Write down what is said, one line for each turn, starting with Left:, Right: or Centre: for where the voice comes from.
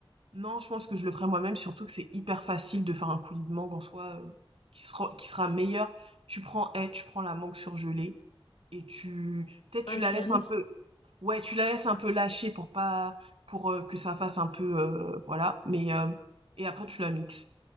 Right: Non, je pense que je le ferai moi-même, surtout que c'est hyper facile de faire un coulis de mangue en soi, heu, qui sera qui sera meilleur. Tu prends, eh, tu prends la mangue surgelée et tu peut-être
Left: Ah,
Right: tu
Left: et
Right: la
Left: tu
Right: laisses
Left: l'as mixes?
Right: un peu Ouais, tu la laisses un peu lâcher pour pas pour, heu, que ça fasse un peu, heu, voilà, mais hem et après tu la mixes